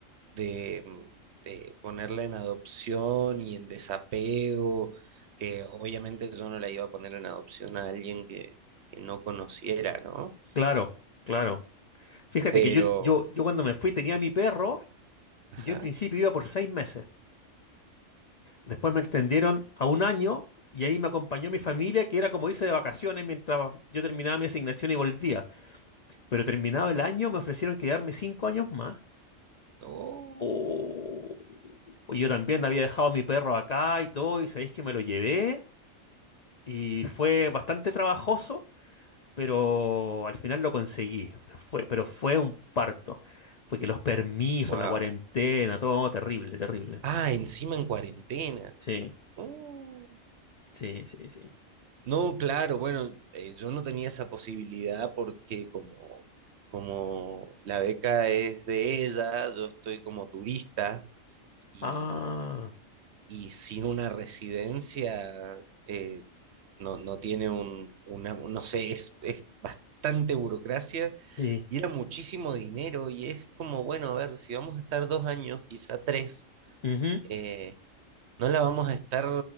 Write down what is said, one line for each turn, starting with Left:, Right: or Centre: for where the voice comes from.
Right: de, mm, de ponerla en adopción y en desapego. Eh, obviamente yo no la iba a poner en adopción a alguien que, que no conociera, ¿no?
Left: Claro, claro. Fíjate
Right: Pero,
Left: que yo, yo, yo cuando me fui tenía mi perro
Right: ajá,
Left: y yo en principio iba por seis meses. Después me extendieron a un año y ahí me acompañó mi familia, que era como irse de vacaciones mientras yo terminaba mi asignación y volvía. Pero terminado el año me ofrecieron quedarme cinco años más.
Right: oh,
Left: Oh, yo también había dejado a mi perro acá y todo, y sabéis que me lo llevé y fue bastante trabajoso, pero al final lo conseguí. Fue, pero fue un parto, porque los permisos,
Right: wow.
Left: la cuarentena,
Right: <laughs>
Left: todo terrible, terrible.
Right: Ah, encima en cuarentena.
Left: Sí,
Right: Oh.
Left: sí, sí, sí.
Right: No, claro, bueno, eh, yo no tenía esa posibilidad porque como, como la beca es de ella, yo estoy como turista y
Left: Ah,
Right: y sin una residencia eh, no, no tiene un, una, no sé, es, es bastante burocracia
Left: sí.
Right: y era muchísimo dinero y es como, bueno, a ver, si vamos a estar dos años, quizá tres,
Left: Ujú,
Right: eh, no la vamos a estar